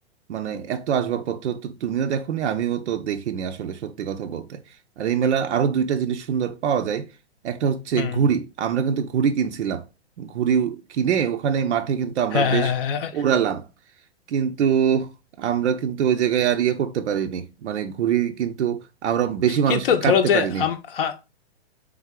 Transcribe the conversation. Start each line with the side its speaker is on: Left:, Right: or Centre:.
Right: মানে এত আসবাবপত্র তো তুমিও দেখোনি আমিও তো দেখিনি আসলে সত্যি কথা বলতে আর এই মেলার আরো দুইটা জিনিস সুন্দর পাওয়া যায় একটা হচ্ছে
Left: হুম
Right: ঘুড়ি আমরা কিন্তু ঘুড়ি কিনছিলাম ঘুড়ি কিনে ওখানে মাঠে কিন্তু আমরা
Left: হ্যাঁ হ্যাঁ,
Right: বেশ
Left: হ্যাঁ, হ্যাঁ।
Right: ওড়ালাম কিন্তু আমরা কিন্তু ওই জায়গায় আর ইয়ে করতে পারিনি মানে ঘুড়ি কিন্তু আমরা বেশি মানুষকে
Left: কিন্তু ধরো
Right: কাটতে
Left: যে
Right: পারিনি
Left: আম- আ-